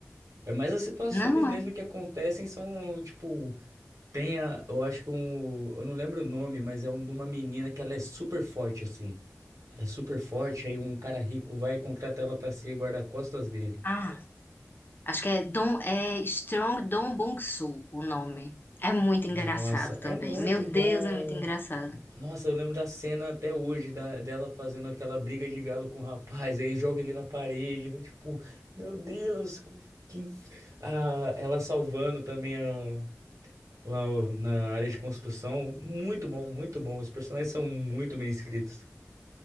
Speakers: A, on the right; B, on the left.
A: É mais as situações
B: Não
A: mesmo
B: é?
A: que acontecem são, tipo, tem a, eu acho que um, eu não lembro o nome, mas é um de uma menina que ela é super forte assim. Ela é super forte, aí um cara rico vai e contrata ela pra ser guarda-costas dele.
B: Ah, acho que é Dom é Strong Dong Bong-soo o nome. É muito
A: Nossa,
B: engraçado
A: é
B: também.
A: muito
B: Meu Deus,
A: bom.
B: é muito engraçado.
A: Nossa, eu lembro da cena até hoje da, dela fazendo aquela briga de galo com o rapaz, aí joga ele na parede, eu, tipo, meu Deus, co- que... Ah, ela salvando também a- lá o- na área de construção. Muito bom, muito bom. Os personagens são muito bem escritos.